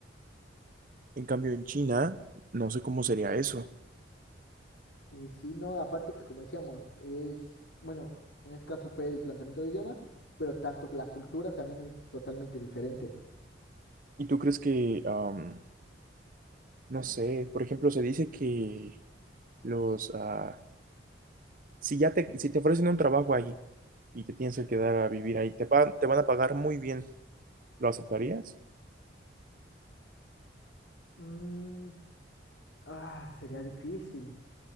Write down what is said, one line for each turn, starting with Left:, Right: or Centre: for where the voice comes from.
Right: En cambio, en China, no sé cómo sería eso.
Left: y si no, aparte que como decíamos, es, bueno, en este caso fue el planteamiento de idioma, pero tanto la cultura también es totalmente diferente.
Right: ¿Y tú crees que, am, no sé, por ejemplo, se dice que los, ah, si ya te, si te ofrecen un trabajo ahí y te tienes que quedar a vivir ahí, te, pa- te van a pagar muy bien, ¿lo aceptarías?
Left: Mm, Ah, sería difícil,